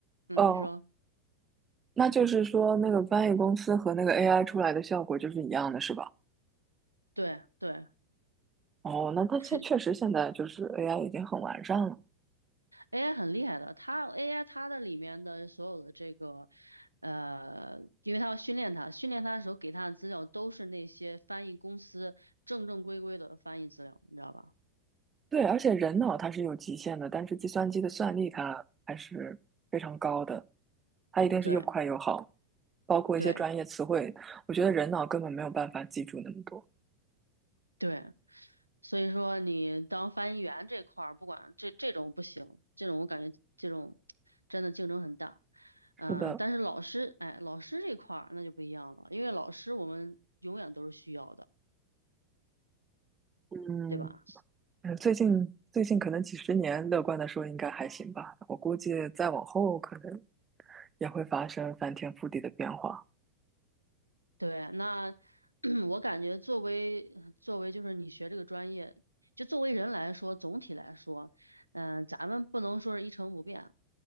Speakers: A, on the right (about 85°); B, on the right (about 20°).
A: 嗯，
B: 哦，
A: 你说，
B: 那就是说，那个翻译公司和那个 AI 出来的效果就是一样的，是吧？
A: 对对。
B: 哦，那它现确实现在就是
A: 是。
B: AI 已经很完善了。
A: AI 很厉害的，它 AI 它的里面的所有的这个，呃，因为它要训练它，训练它的时候给它的资料都是那些翻译公司正正规规的翻译资料，你知道吧？
B: 对，而且人脑它是有极限的，但是计算机的算力它还是非常高的，它一定是又快又好，
A: 对
B: 包括一些专业词汇，
A: 对
B: 我觉得人脑根本没有办法记住那么多。
A: 对，所以说你当翻译员这块儿，不管这这种不行，这种我感觉这种真的竞争很大。嗯、
B: 是的，
A: 但是老师，哎，老师这块儿那就不一样了，因为老师我们永远都是需要的，
B: 嗯，
A: 对吧？
B: 嗯，最近最近可能几十年，乐观的说应该还行吧。我估计再往后可能也会发生翻天覆地的变化。
A: 对，那 <clears throat> 我感觉作为作为就是你学这个专业，就作为人来说，总体来说，嗯、咱们不能说是一成不变，